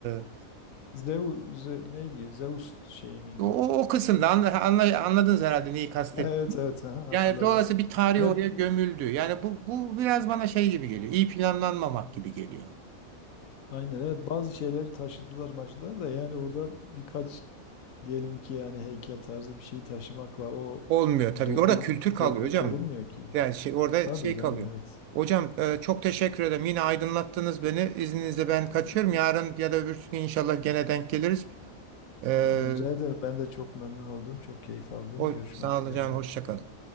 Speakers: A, on the right (about 80°); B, on the left (about 70°).
A: e,
B: Zeus Ze- neydi? Zeus şey miydi?
A: o, o kısımda anla, anla- anladınız herhalde neyi kastettiğimi.
B: Evet evet aha,
A: Yani
B: hatırladım.
A: dolayısıyla bir tarih
B: Hep
A: oraya
B: e,
A: gömüldü. Yani bu, bu biraz bana şey gibi geliyor. İyi planlanmamak gibi geliyor.
B: aynen evet bazı şeyleri taşıdılar maçlar da yani orada birkaç Diyelim ki yani heykel tarzı bir şeyi taşımakla o
A: Olmuyor tabii.
B: doku
A: Orada kültür kalıyor
B: doku
A: hocam.
B: korunmuyor ki.
A: Yani şey, orada
B: Tabii
A: şey
B: canım
A: kalıyor.
B: evet.
A: Hocam e, çok teşekkür ederim. Yine aydınlattınız beni. İzninizle ben kaçıyorum.
B: Ee,
A: Yarın ya da öbürsü gün inşallah gene denk geliriz. E,
B: Rica ederim. Ben de çok memnun oldum. Çok keyif aldım.
A: o,
B: Görüşmek
A: sağ olun
B: üzere.
A: hocam. Hoşça kalın.